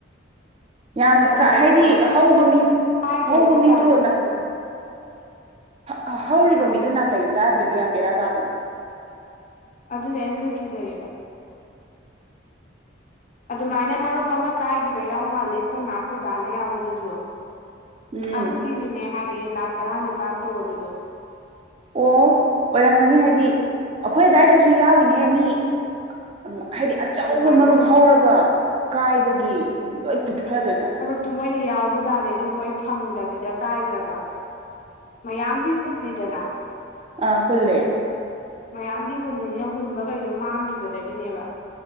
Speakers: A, on the right; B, on the left.
A: ꯌꯥꯝ
B: ꯀꯤꯖꯕ ꯍꯥꯏꯗꯤꯀꯣ
A: ꯍꯥꯏꯗꯤ ꯍꯧꯕ ꯃꯤ
B: ꯀꯥꯏꯈ꯭ꯔꯗꯤ
A: ꯍꯧꯕ ꯃꯤꯗꯣ
B: ꯀꯥꯏꯅ ꯈꯟꯕꯗꯣ ꯫
A: ꯍ ꯍꯧꯔꯤꯕ
B: ꯑꯧ
A: ꯃꯤꯗꯣ ꯅꯥꯇꯩ ꯆꯥꯗ꯭ꯔꯗꯤ ꯌꯥꯝ ꯕꯦꯔꯥ ꯀꯥꯕꯅꯦ ꯫
B: ꯑꯗꯨꯅꯦ ꯑꯗꯨꯅ ꯀꯤꯖꯩꯌ‍ꯦꯕ ꯫ ꯑꯗꯨꯃꯥꯏꯅ ꯃꯔꯨꯞ ꯑꯃ ꯀꯥꯏꯈꯤꯕ ꯌꯥꯎ ꯃꯥꯜꯂꯦ ꯑꯩꯈꯣꯏꯃꯥ ꯈꯣꯏꯕꯥꯅ ꯌꯥꯎꯕꯗꯖꯨ ꯫
A: ꯎꯝ
B: ꯑꯗꯨꯒꯤꯖꯨꯅꯦ ꯍꯥꯏꯌꯦ ꯂꯥꯛ ꯇꯔꯥꯅꯤꯄꯥꯟ ꯇꯣꯜꯂꯤꯗꯣ
A: ꯑꯣ ꯑꯣꯏꯔꯝꯃꯅꯤ ꯍꯥꯏꯗꯤ ꯑꯈꯣꯏ ꯑꯗꯥꯏꯗꯁꯨ ꯌꯥꯎꯔꯤꯅꯦ ꯃꯤ ꯎꯝ ꯍꯥꯏꯗꯤ ꯑꯆꯧꯕ
B: ꯑꯗꯨꯃꯥꯏꯅ
A: ꯃꯔꯨꯞ ꯍꯧꯔꯒ ꯀꯥꯏꯕꯒꯤ ꯂꯣꯏ ꯄꯨꯊꯗꯅ ꯫
B: ꯇꯨ ꯃꯣꯏꯅ ꯌꯥꯎꯕꯖꯥꯠꯅꯦ ꯑꯗꯨ ꯃꯣꯏ ꯐꯪꯗꯕꯤꯗ ꯀꯥꯏꯒ꯭ꯔꯕ ꯃꯌꯥꯝꯗꯤ ꯍꯨꯜ <unintelligible> ꯗꯅ
A: ꯑ ꯍ‌ꯨꯜꯂꯦ ꯫
B: ꯃꯌꯥꯝꯗꯤ ꯍꯨꯜꯂꯤꯅ‌ꯦ ꯍꯨꯟꯕꯒꯩꯗꯣ ꯃꯥꯡꯒꯤꯕꯗꯒꯤꯅꯦꯕ ꯫